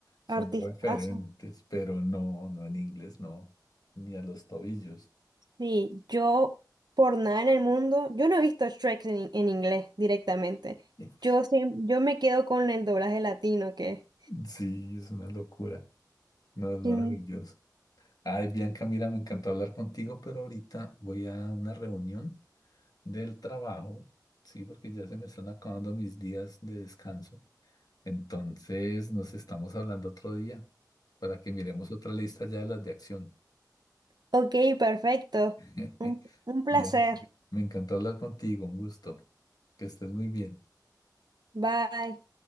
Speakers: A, on the left (about 60°); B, on the right (about 70°).
A: son
B: Artistazo.
A: referentes, pero no, no en inglés, no, ni a los tobillos.
B: Sí, yo por nada en el mundo, yo no he visto Shrek en, en inglés directamente.
A: <laughs>
B: Yo, siem- yo me quedo con el doblaje latino, que,
A: Sí, es una locura. No, es maravilloso.
B: que es un
A: Ay, Bianca, mira, me encantó hablar contigo, pero ahorita voy a una reunión del trabajo, sí, porque ya se me están acabando mis días de descanso. Entonces, nos estamos hablando otro día para que miremos otra lista ya de las de acción.
B: Ok, perfecto.
A: <laughs>
B: Un, un placer.
A: Bianca, me encantó hablar contigo, un gusto. Que estés muy bien.
B: Bye.